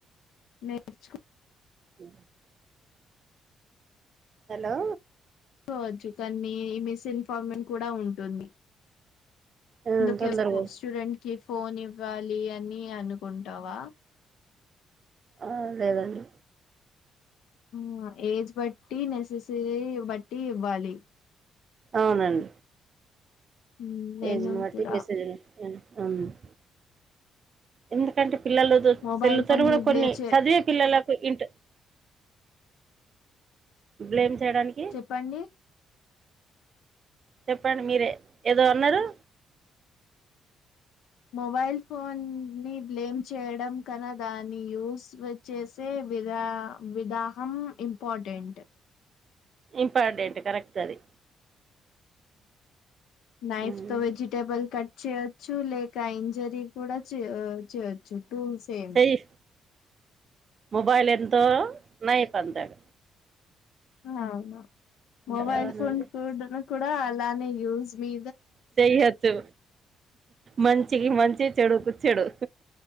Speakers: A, on the left; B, on the right.
A: నేర్చుకో
B: అ హలో
A: కోవచ్చు కాన్ మీ మిస్ఇన్ఫార్మషన్ కూడ ఉంటుంది
B: ఆ,
A: అందుకే
B: తొందరగా
A: ఫొ స్టూడెంట్ కి ఫోన్ ఇవ్వాలి అని అను టవా
B: ఆ లేదండి
A: ఆ ఏజ్ బట్టి నెససరీ బట్టి ఇవ్వాలి
B: ఔనన్
A: ఉమ్, నేను
B: ఏజ్ ని వట్టి
A: కూడా
B: <unintelligible> ఎందుకంటే పిల్లలతో
A: మొబైల్
B: చెల్లుతారు
A: ఫోన్
B: కూడా
A: ని
B: కొన్ని
A: బ్లేమ్ చే
B: చదివే పిల్లలకు ఇంటి బ్లేమ్ చేయడానికి
A: చెప్పండి
B: చెప్పండి మీరె ఏదో అన్నరు
A: మొబైల్ ఫోన్ ని బ్లేమ్ చేయడం కన్నా దాన్ని యూస్ వ చేేసే విదా విదాహం ఇంపార్టెంట్
B: ఇంపార్టెంట్ కరెక్ట్ అది
A: నైఫ్తో
B: ఉమ్.
A: వెజిటెబల్ కట్ చే చ్చు లేక ఇంజరీ కూడ చేయొ చేయొచ్చు టూల్ సేమ్
B: చెయ్యి మొబైల్ ఎంతో నయి పంతగ
A: ఆహ మొబైల్
B: అవునండి
A: ఫోన్ కూడా అలానే యూజ్ మీ
B: సేయచ్చు మంచికి మంచి చెడుకు చెడు